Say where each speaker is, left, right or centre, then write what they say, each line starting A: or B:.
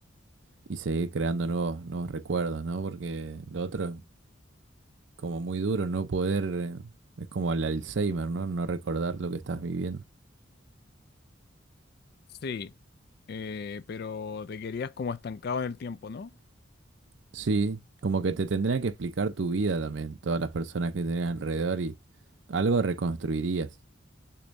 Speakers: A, on the right; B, on the left.
A: y seguir creando nuevos, nuevos recuerdos, ¿no? Porque lo otro es como muy duro, no poder, eh, es como el Alzheimer, ¿no? No recordar lo que estás viviendo.
B: Sí, eh, pero te querías como estancado en el tiempo, ¿no?
A: Sí, como que te tendría que explicar tu vida también, todas las personas que tenés alrededor y algo reconstruirías.